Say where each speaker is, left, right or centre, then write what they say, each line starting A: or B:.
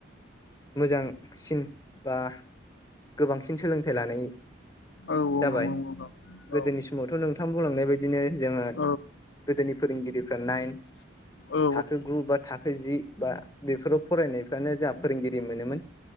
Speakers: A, on the left; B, on the left.
A: मोजांसिन बा गोबांसिन सोलोंथाइ लानाय
B: औ औ
A: जाबाय।
B: नंगौ नंगौ नोंथां
A: गोदोनि समावथ' नोंथां बुंलांनाय बायदिनो जोङा
B: औ
A: गोदोनि फोरोंगिरिफ्रा नाइन
B: औ
A: थाखो गु बा थाखो जि बा बेफोराव फरायनायफ्रानो जोआ फोरोंगिरि मोनोमोन।